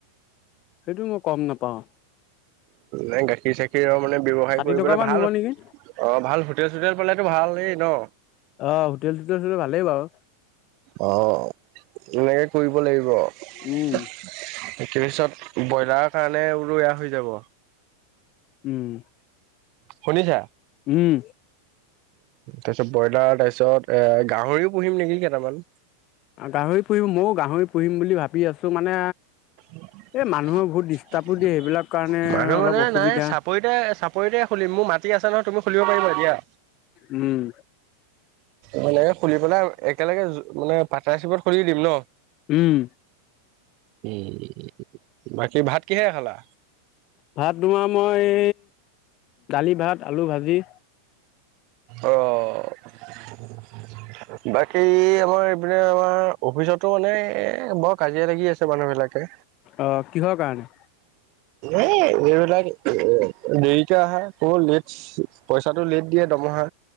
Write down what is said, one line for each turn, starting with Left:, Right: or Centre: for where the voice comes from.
Left: সেইটোও মই গম নাপাওঁ।
Right: নে গাখীৰ, চাখীৰৰ মানে ব্যৱসায়
Left: ষাঠি
Right: কৰিবলৈ
Left: টকা মান
Right: ভাল,
Left: হ'ব
Right: অ',
Left: নেকি
Right: ভাল হোটেল চোটেল হ'লেতো ভালেই ন?
Left: অ', হোটেল, চোটেল হ'লে ভালেই বাৰু।
Right: অ' এনেকে কৰিব লাগিব। এইতোৰ
Left: উম
Right: পিছত ব্ৰইলাৰ কাৰণে বোলো এয়া হৈ যাব।
Left: উম
Right: শুনিছা
Left: উম
Right: তাৰপিছ ব্ৰইলাৰ তাৰপিছত এ গাহৰিও পুহিম নেকি কেইটামান।
Left: গাহৰি পুহিম ময়ো গাহৰি পুহিম বুলি ভাবি আছো মানে
Right: মানুহ
Left: এই মানুহৰ বহুত ডিষ্টাৰ্বো দিয়ে সেইবিলাক কাৰণে অলপ
Right: মানে
Left: অসুবিধা
Right: নাই চাপৰিতে-চাপৰিতে খুলিম মোৰ মাটি আছে নহয়, তুমি খুলিব পাৰিবা দিয়া।
Left: উম
Right: মানে খুুলি পেলাই একেলগে মানে পাটনশ্বিপত খুলি দিম ন।
Left: উম।
Right: উম, বাকী ভাত কিহেৰে খালা?
Left: ভাত তোমাৰ মই দালি ভাত আলু ভাজি।
Right: অ' বাকী আমাৰ এইপিনে আমাৰ অফিচতো মানে এ বৰ কাজিয়া লাগি আছে মানুহ বিলাকে।
Left: অ' কিহৰ কাৰণে?
Right: এ এইবিলাক দেৰিকে আহা কব লেটছ। পইচাটো লেট দিয়ে দমহা।